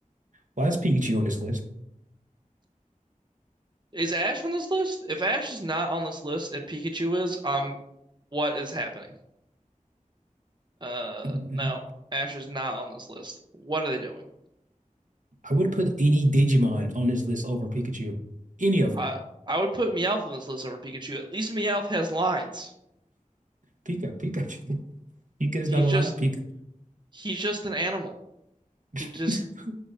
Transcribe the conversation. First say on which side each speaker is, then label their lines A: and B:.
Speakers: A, on the right; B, on the right.
A: Well, that's Pikachu on this list.
B: is Ash on this list? If Ash is not on this list and Pikachu is, um, what is happening? Uh,
A: Mhm.
B: no, Ash is not on this list. What are they doing?
A: I would put any Digimon on this list over Pikachu. Any of them.
B: I I would put Meowth on this list over Pikachu. At least Meowth has lines.
A: Pika, Pika, <laughs> Pika is
B: He's
A: not alive.
B: just
A: Pika.
B: he's just an animal.
A: <laughs>
B: He just